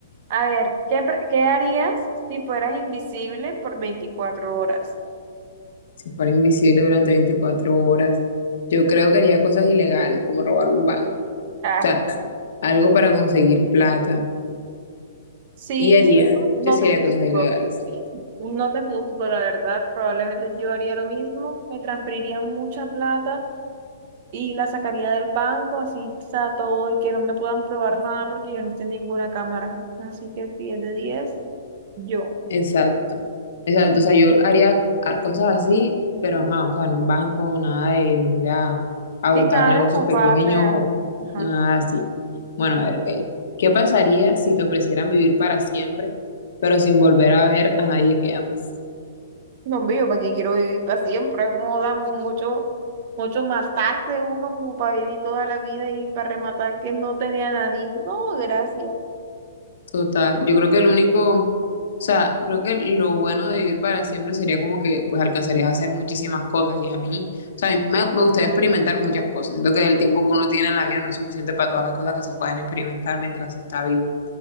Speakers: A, on the right; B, on the left.
A: A ver, ¿qué, pre- qué harías si fueras invisible por veinticuatro horas?
B: Si fuera invisible durante 24 horas, yo creo que haría cosas ilegales, como robar un banco, o
A: Ah,
B: sea, algo para conseguir plata.
A: sí,
B: Y haría,
A: no
B: yo sí
A: te
B: haría
A: juzgo.
B: cosas ilegales.
A: No te juzgo, la verdad. Probablemente yo haría lo mismo. Me transferiría mucha plata y la sacaría del banco, así está todo y que no me puedan probar nada porque yo no estoy en ninguna cámara. Así que diez de 10 yo.
B: Exacto, exacto. O sea, yo haría a- cosas así, pero ajá, o sea, en un banco, nada de venir a, a
A: sí
B: hurtar
A: nada
B: negocios
A: de escaparle
B: pequeños
A: a-
B: o
A: Ajá.
B: nada así. Bueno, a ver, Kelly, ¿qué pasaría si te ofrecieran vivir para siempre, pero sin volver a ver a nadie que amas?
A: No, hombre, yo para qué quiero vivir para siempre. No da mucho, mucho matarse uno como para vivir toda la vida y para rematar que no tenía a nadie. No, gracias.
B: Total, yo creo que el único, o sea, creo que lo bueno de vivir para siempre sería como que pues alcanzarías a hacer muchísimas cosas y a mí, o sea, a mí me, me gustaría experimentar muchas cosas, siento que el tiempo que uno tiene en la vida no es suficiente para todas las cosas que se pueden experimentar mientras se está vivo.